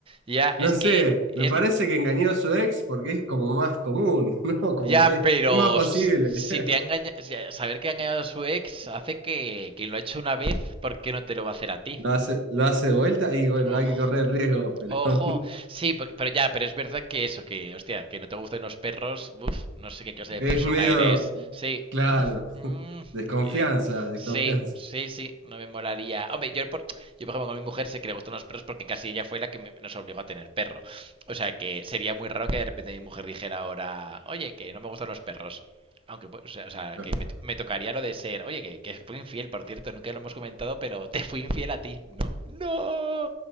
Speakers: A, on the right; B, on the right.
A: Ya,
B: No
A: es
B: sé,
A: que, es
B: me parece
A: que,
B: que engañó a su ex porque es como más común, <laughs> ¿no? Como
A: ya,
B: que es
A: pero
B: más posible.
A: si
B: <laughs>
A: te ha engañado, saber que ha engañado a su ex hace que quien lo ha hecho una vez, ¿por qué no te lo va a hacer a ti?
B: Lo hace, lo hace de vuelta y bueno,
A: Ojo,
B: hay que correr el riesgo, pero
A: ojo.
B: <laughs>
A: Sí, porque- pero ya, pero es verdad que eso, que, hostia, que no te gustan los perros, uf, no sé qué clase de
B: es
A: persona
B: medio,
A: eres. Sí,
B: claro,
A: mm, mm,
B: <laughs> desconfianza,
A: y-
B: desconfianza.
A: sí, sí, sí, no me molaría. Hombre, yo por, yo por ejemplo con mi mujer sé que le gustan los perros porque casi ella fue la que me- nos obligó a tener perro. O sea que sería muy raro que de repente mi mujer dijera ahora, oye, que no me gustan los perros. Aunque, pues, o sea, o sea,
B: Claro.
A: que me, me tocaría lo de ser, oye, que, que fui infiel, por cierto, nunca lo hemos comentado, pero te fui infiel a ti, ¿no? ¡No!